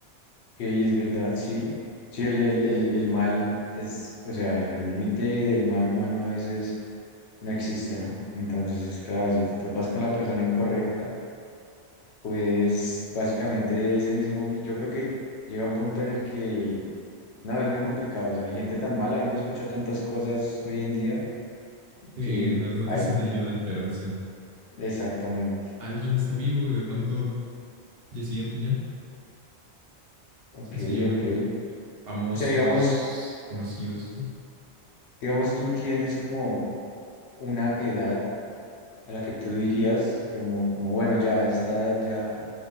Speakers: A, on the left (about 80°); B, on the right (about 60°).
A: Ok, es verdad, sí. Sí, el, el, el, el mal es, o sea, el límite del mal humano a veces no existe, ¿no? Entonces, claro, si te topas con la persona incorrecta, pues básicamente ese mismo, mi- yo creo que llega un punto en el que No, es muy complicado. O sea, hay gente tan mala y uno escucha tantas cosas hoy en día
B: Sí,
A: que
B: las noticias
A: baila.
B: no ayudan, pero sí.
A: Exactamente.
B: Alguien está vivo y de pronto al día siguiente ya no,
A: Ok,
B: sencillamente.
A: ok.
B: Famosos,
A: O sea, digamos,
B: conocidos, todo.
A: digamos, tú tienes como una edad a la que tú dirías que como, como bueno, ya, esta edad ya,